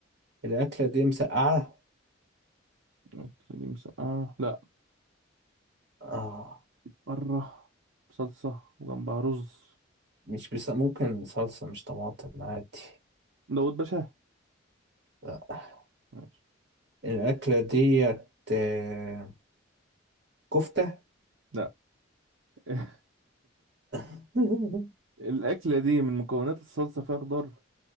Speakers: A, on the right (about 60°); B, on the right (about 85°).
A: الأكلة دي مسقعة
B: الاكلة دي مسقعة لا
A: اه
B: بره صلصة وجنبها رز
A: مش بس ممكن صلصة مش طماطم عادي
B: داود باشا
A: لا.
B: ماشي
A: الأكلة ديت آه، كفتة
B: لا <laughs>
A: <laughs>
B: الأكلة دي من مكونات الصلصة فيها خضار